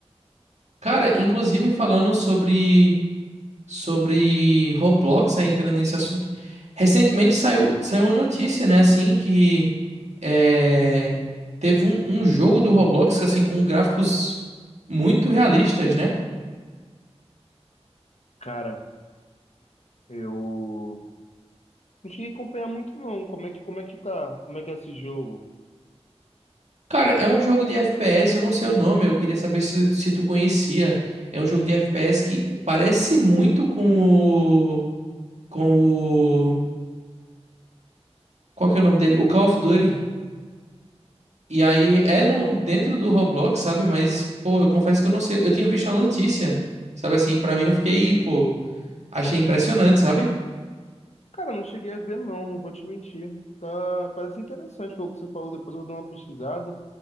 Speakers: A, on the right; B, on the left.
A: Cara, inclusive falando sobre sobre Roblox, aí entrando nesse assunto. Recentemente saiu, saiu uma notícia, né, assim, que é, teve um, um jogo do Roblox, assim, com gráficos muito realistas, né?
B: Cara, eu não cheguei a acompanhar muito, não, como é que, como é que tá, como é que é esse jogo.
A: Cara, é um jogo de FPS, eu não sei o nome, eu queria saber se, se tu conhecia. É um jogo de FPS que parece muito com o... com o... Qual que é o nome dele? O Call of Duty. E aí é no, dentro do Roblox, sabe? Mas, pô, eu confesso que eu não sei. Eu tinha visto a notícia, sabe assim? Pra mim eu fiquei, pô, achei impressionante, sabe?
B: Cara, eu não cheguei a ver, não, não vou te mentir. Tá, parece interessante o que você falou. Depois eu vou dar uma pesquisada,